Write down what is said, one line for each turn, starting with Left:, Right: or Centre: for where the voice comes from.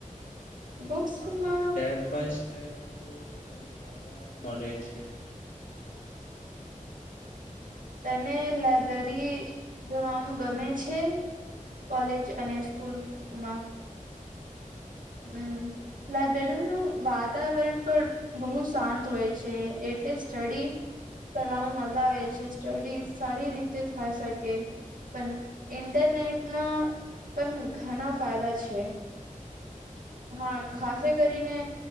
Right: બુક્સમાં
Left: હા સ્ટેપ બાય સ્ટ <inaudible> સમજાવા મળે છે.
Right: તને લાઈબ્રેરી જવાનું ગમે છે. કોલેજ અને
Left: બહુ
Right: સ્કૂલમાં.
Left: ગમે છે
Right: હમ લાયબ્રેરીનું વાતાવરણ પણ બહુ શાંત હોય છે એટલે સ્ટડી કરવામાં મજા આવે છે સ્ટડી સારી રીતે થઈ શકે પણ ઇન્ટરનેટના પણ ઘણા ફાયદા છે. હા ખાશે કરીને